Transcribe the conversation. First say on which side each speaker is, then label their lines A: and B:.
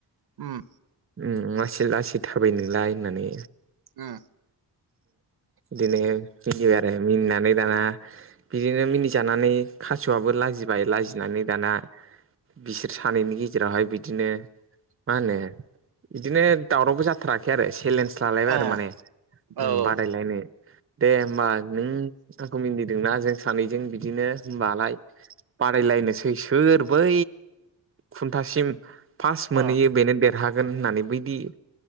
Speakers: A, on the right (about 60°); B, on the right (about 30°).
A: उम
B: उम मासे लासै थाबायो नोंलाय होननानै
A: उम
B: बिदिनो मियो आरो मिनानै दाना बिदिनो मिनिजानानै खासेवाबो लाजिबाय लाजिनानै दाना बिसोर सानैनि गेजेरावहाय बिदिनो मा होनो बिदिनो दावरावबो जाथाराखै आरो चेलेन्ज लालायबाय
A: ओ औ
B: आरो माने
A: औ ओ
B: बादायलायनो दे ओमबा नों आखौ मिन्थिदोंना जों सानैजों बिदिनो होनबालाय बादायलायनोसै सोर बै खुन्थासिम फार्स्ट मोनहैयो
A: ओ
B: बेनो देरहागोन होननानै बैदि